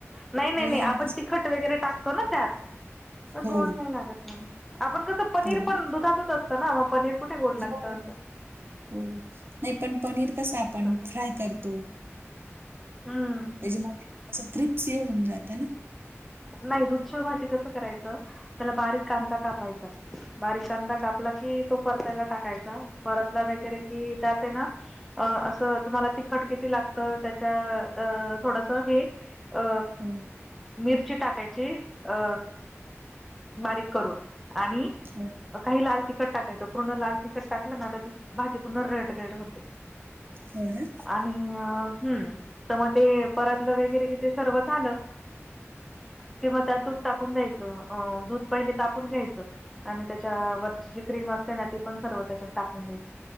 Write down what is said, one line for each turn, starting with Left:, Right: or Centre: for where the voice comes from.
Centre: नाही नाही
Right: दुधाने
Centre: नाही आपण
Right: कस
Centre: तिखट वगैरे टाकतो ना त्यात मग
Right: हो
Centre: गोड नाही लागत. आपण कसं पनीर
Right: हो ना
Centre: पण दुधातच असतं ना मग पनीर कुठे गोड लागतं
Right: हो
Centre: असं.
Right: हो नाही पण पनीर कसा आपण
Centre: तसं
Right: फ्राय करतो.
Centre: हम्म!
Right: त्याच्या मूळ ते असं त्रिप्स ये होऊन जात ना.
Centre: नाही दुध्च भाजी कसं करायचं त्याला बारीक कांदा कापायचा बारीक कांदा कापला
Right: हो
Centre: कि तो परतायला टाकायचा परतला वगैरे कि त्यात आहे ना अ असं तुम्हाला तिखट किती लागतं त्याच्या अ थोडस हे अ
Right: हो
Centre: मिरची टाकायची अ बारीक करून आणि
Right: हो
Centre: काही लाल तिखट टाकायचं पूर्ण लाल तिखट टाकलं ना आता ती भाजी पूर्ण रेड रेड होते.
Right: हो ना?
Centre: आणि हम् तर मग ते परतलं वगैरे कि ते सर्व झालं. किंवा त्यात दूध टाकून द्यायचं अ दूध पहिले तापून घ्यायचं. आणि त्याच्या वरची जी क्रीम असते ना ती पण सर्व त्याच्यात टाकून द्यायची.